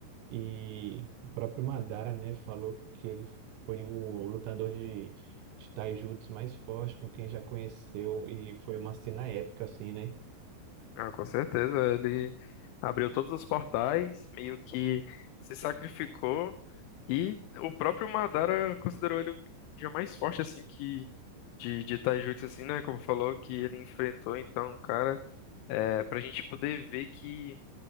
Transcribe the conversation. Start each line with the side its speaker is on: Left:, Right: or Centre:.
Right: E o próprio Madara, né, falou que ele foi o lutador de, de taijutsu mais forte com quem já conheceu e foi uma cena épica, assim, né?
Left: Ah, com certeza, ele abriu todos os portais, meio que se sacrificou. E o próprio Madara considerou ele o ninja mais forte, assim, que de, de Taijutsu, assim, né? Como falou, que ele enfrentou. Então, cara, é, pra gente poder ver que.